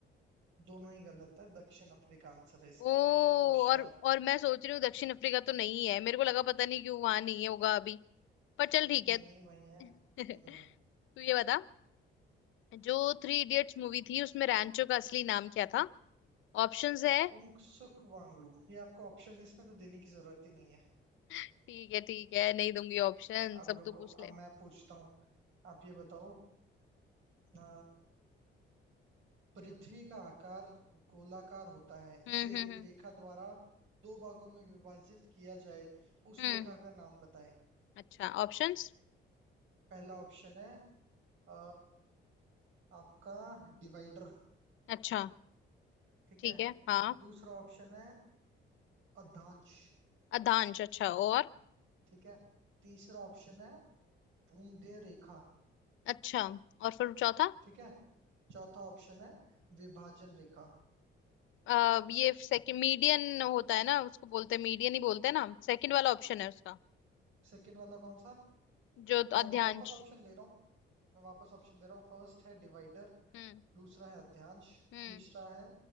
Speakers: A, on the right (about 80°); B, on the left (about 75°).
A: दोनों ही गलत है दक्षिण अफ्रीका आंसर है इसका
B: ओ
A: होशियार
B: और और मैं सोच रही हूँ दक्षिण अफ्रीका तो नहीं है मेरे को लगा पता नहीं क्यों वहां नहीं है होगा अभी पर चल ठीक
A: नहीं
B: है
A: नहीं वही है हम्म,
B: <laughs> तू ये बता जो थ्री इडियट्स मूवी थी उसमें रैंचो का असली नाम क्या था ऑप्शंस है
A: पुंगसुक वांगडू ये आपको ऑप्शन इसमें तो देने की जरूरत ही नहीं है
B: ठीक है ठीक है नहीं दूंगी ऑप्शन
A: अब
B: सब
A: रुको
B: तो पूछ ले
A: अब मैं पूछता हूँ आप ये बताओ अ, पृथ्वी का आकार गोलाकार होता है
B: हम्म
A: इसे
B: हम्म
A: एक
B: हम्म
A: रेखा द्वारा दो भागों में विभाजित किया जाए उस
B: हम्म,
A: रेखा का नाम बताएं
B: अच्छा ऑप्शंस
A: पहला ऑप्शन है अ, आपका डिवाइडर
B: अच्छा
A: ठीक
B: ठीक
A: है
B: है हाँ
A: दूसरा ऑप्शन है अधांश
B: अधांश अच्छा और
A: ठीक है तीसरा ऑप्शन है भूमध्य रेखा
B: अच्छा और फिर चौथा
A: ठीक है चौथा ऑप्शन है विभाजन रेखा
B: अ, ये सेकंड मीडियन होता है ना उसको बोलते हैं मीडियन ही बोलते हैं ना सेकंड वाला ऑप्शन है उसका
A: सेकंड वाला कौन सा
B: जो
A: मैं
B: अध्यांश
A: आपको वापस ऑप्शन दे रहा हूँ मैं वापस ऑप्शन दे रहा हूँ फर्स्ट है डिवाइडर
B: हम्म
A: दूसरा है अध्यांश
B: हम्म
A: तीसरा है